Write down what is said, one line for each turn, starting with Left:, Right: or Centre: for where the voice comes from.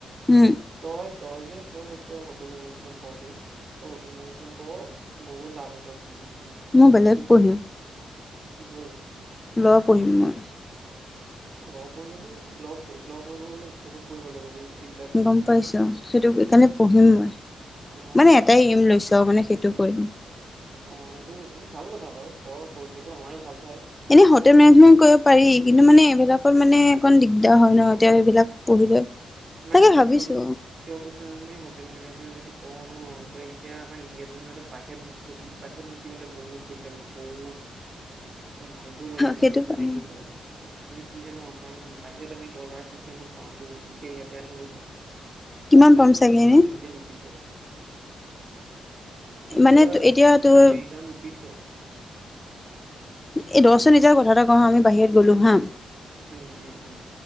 Left: উম
Right: তই তই যে তই তই হোটেল মেনেজমেণ্ট পবি ত হোটেল মেনেজমেট প বহুত লাভ আছে হোটেল মেনেজ
Left: মই বেলেগ পঢ়িম
Right: কি পহিবি
Left: ল' পঢ়িম মই।
Right: ল' পঢ়িলেটো ল' ল' পঢ়িব গলে বহুত পঢ়িব লাগিব বে। এইবিলাক
Left: গম পাইছো সেইটো এইকাৰণে পঢ়িম মই।
Right: অ
Left: মানে এটাই এইম লৈছো মানে সেইটো কৰিম।
Right: অ সেইটো ভাল কথা বাৰু কৰ কৰিলেটো আমাৰে ভাল ভায়।
Left: এনে হোটেল মেনেজমেণ্ট কৰিব পাৰি কিন্তু মানে এইবিলাকত মানে অকন দিগদাৰ হয় ন' তেল বিলাক পঢ়িলে।
Right: মানে
Left: তাকে
Right: তোক
Left: ভাবিছো
Right: কিয় কৈছো কিয় কৈছো জান'নে হোটেল মেনেজমেণ্ট যদি পঢ় নহয় তই এতিয়া আমাৰ ইণ্ডিয়াটো <unintelligible> বাহিৰত গুচি বাহিৰত গুচি গ'লে বহুত পইচা বে বহুত। ভাবিব নোৱাৰি মানে
Left: সেইটো
Right: ইমানে
Left: পাৰি
Right: পইচা হ'ব মানে কি জানো? কাৰণ বাহিৰত আমি ডলাৰ চিষ্টেমত পাওঁতো, এতিয়া ইয়াতে আহিব
Left: কিমান
Right: আমাৰ
Left: পাম চাগে এনে
Right: ইণ্ডিয়ান ৰূপীছত সিহঁতৰ
Left: মানে এতিয়া তোৰ
Right: আমেৰিকান ৰূপীছত।
Left: এই দশজনি যে কথা এটা কও হাঁ আমি বাহিৰত গ'লো হাঁ।
Right: উম, উম, উম,